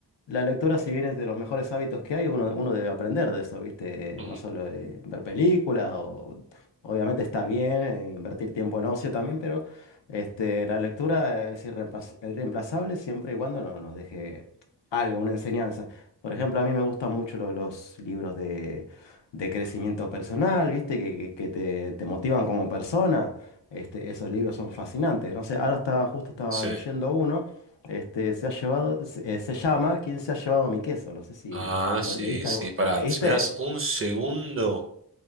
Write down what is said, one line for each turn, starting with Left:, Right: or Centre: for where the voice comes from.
Left: la lectura si bien es de los mejores hábitos que hay, uno, uno debe aprender de eso, ¿viste?
Right: Ujú.
Left: No solo de ver película, o, obviamente está bien eh, invertir tiempo en ocio también, pero este, la lectura es irreemplaz- irreemplazable siempre y cuando no, nos deje algo, una enseñanza. Por ejemplo, a mí me gustan mucho lo- los libros de, de crecimiento personal, ¿viste? Que, que- que te, te motivan como persona. Este, esos libros son fascinantes. No sé, ahora estaba, justo estaba
Right: Sí.
Left: leyendo uno. Este, se ha llevado, se, eh, se llama ¿Quién se ha llevado mi queso? No sé si
Right: Ah,
Left: lo
Right: sí,
Left: leíste
Right: sí.
Left: algo-
Right: Pará,
Left: ¿Lo leíste?
Right: si me das un segundo,